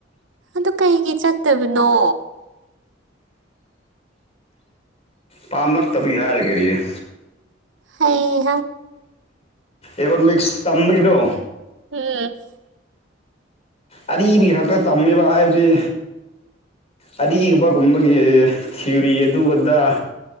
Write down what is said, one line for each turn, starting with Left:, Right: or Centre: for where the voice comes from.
Right: ꯑꯗꯨ ꯀꯩꯒꯤ ꯆꯠꯇꯕꯅꯣ
Left: ꯄꯥꯝꯂꯛꯇꯕꯒꯤ ꯍꯥꯏꯔꯒ ꯀꯔꯤꯅꯣ
Right: ꯍꯩꯍꯥ
Left: ꯏꯀꯣꯅꯣꯃꯤꯛꯁ ꯇꯝꯕꯒꯤꯗꯣ
Right: <unintelligible>
Left: ꯑꯔꯤꯕꯒꯤ ꯈꯛꯇ ꯇꯝꯃꯤꯕ ꯍꯥꯏꯕꯗꯤ ꯑꯔꯤꯒꯨꯝꯒꯕꯒꯤ ꯊꯤꯎꯔꯤ ꯑꯗꯨ ꯑꯗꯥ